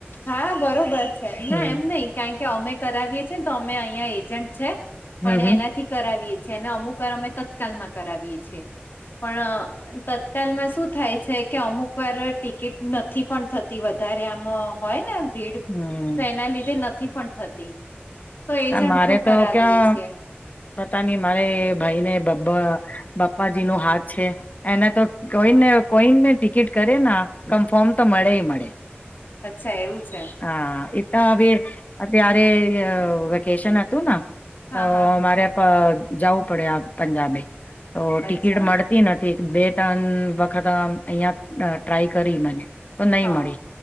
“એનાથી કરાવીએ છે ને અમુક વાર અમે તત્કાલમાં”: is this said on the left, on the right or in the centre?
Left